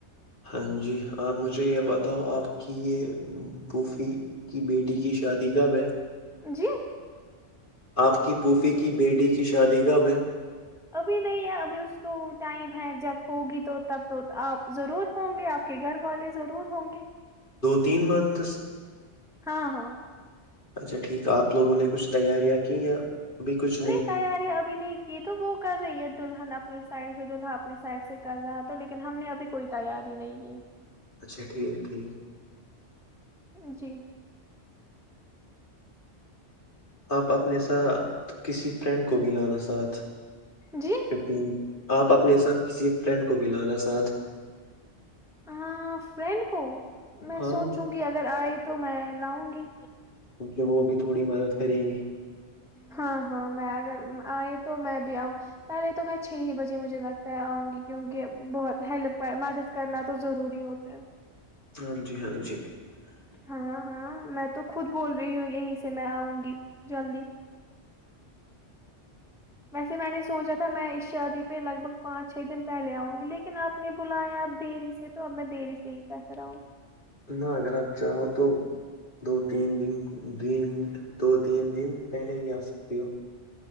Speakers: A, on the left (about 45°); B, in the centre.
A: ہاں جی آپ مجھے یہ بتاؤ آپ کی یہ پوفی کی بیٹی کی شادی کب ہے
B: جی
A: آپ کی پھوفھی کی بیٹی کی شادی کب ہے
B: ابھی نہیں ہے ابھی اس کو ٹائم ہے جب ہوگی تو تب تو آپ ضرور ہوں گے آپ کے گھر والے ضرور ہوں گے
A: دین مانتس <unintelligible>
B: ہاں ہاں
A: اچھا ٹھیک آپ لوگوں نے کچھ تیاریاں کی یا ابھی کچھ
B: نہیں تیاریاں ابھی نہیں کی تو وہ کر رہی ہے دلہن اپنے سائڈ سے دلہا اپنے سائڈ سے کر رہا تو لیکن ہم نے ابھی کوئی تیاری نہیں کی
A: اچھا ٹھیک ٹھیک
B: جی
A: آپ اپنے ساتھ کسی فرینڈ کو بھی لانا ساتھ
B: جی
A: ففٹین <unintelligible> آپ اپنے ساتھ کسی فرینڈ کو بھی لانا ساتھ
B: ہاں فرینڈ کو میں
A: ہاں
B: سوچوں کہ اگر آئے تو تو میں لاؤں گی
A: کیونکہ وہ بھی تھوڑی مدد کریں گی
B: ہاں ہاں میں اگر آئے تو میں بھی آؤں پہلے تو میں چھ ہی بجے مجھے لگتا ہے آؤں گی کیونکہ بہت ہیلپ مدد کرنا تو ضروری ہوتا ہیں
A: ہاں جی ہاں جی
B: ہاں ہاں میں تو خود بول رہی ہوں یہیں سے میں آؤں گی جلدی ویسے میں نے سوچا تھا میں اس شادی پہ لگ بھگ پانچ چھ دن پہلے اوں گی لیکن اپ نے بلایا اب دیری سے تو اب میں دیری سے ہی بہتر اوں گی
A: نہ اگر آپ چاہو تو دو تین دن د دو تین دن پہلے ہی آ سکتی ہو